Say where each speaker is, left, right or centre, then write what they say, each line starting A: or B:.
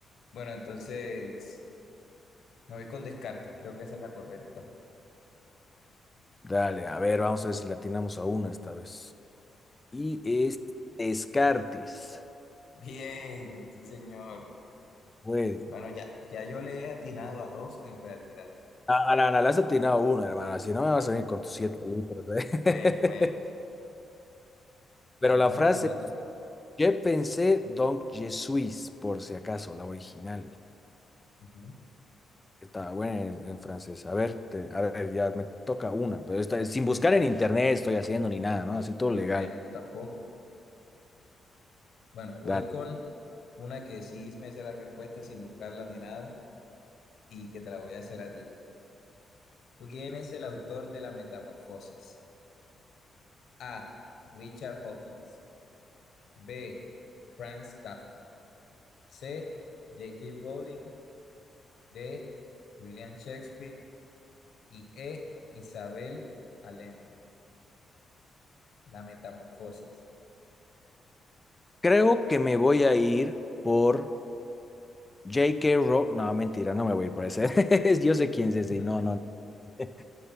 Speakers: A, on the left; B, on the left.
A: Bueno, entonces me voy con Descartes, creo que esa es la correcta.
B: Dale, a ver, vamos a ver si le atinamos a una esta vez. Y es Descartes.
A: <laughs> Bien, sí, señor.
B: Güey.
A: Bueno, ya, ya yo le he atinado a dos en realidad.
B: A, a la Ana, le has atinado una, hermana. Si no, me vas a venir con tus siete litros, ¿eh?
A: Bueno, bueno,
B: <laughs> Pero
A: bueno,
B: la
A: vamos
B: frase,
A: con otra.
B: je pensé donc je suis, por si acaso, la original.
A: Ujú.
B: Está buena en, en francés. A ver, te- a ver, ya me toca una, pero esta es sin buscar en internet estoy haciendo ni nada, ¿no? Así
A: Bueno,
B: todo legal.
A: bueno, yo tampoco. Bueno, voy
B: Dale.
A: con una que sí me sé la respuesta sin buscarla ni nada y que te la voy a hacer a ti. ¿Quién es el autor de La Metamorfosis? A. Richard Hawkins. B. Franz Kafka. C. J.K. Rowling. D. William Shakespeare. Y E. Isabel Allende. La Metamorfosis.
B: Creo que me voy a ir por J.K. Rowling. No, mentira, no me voy a ir por ese. <laughs> Yo sé quién es ese,
A: <laughs>
B: y no, no. <laughs>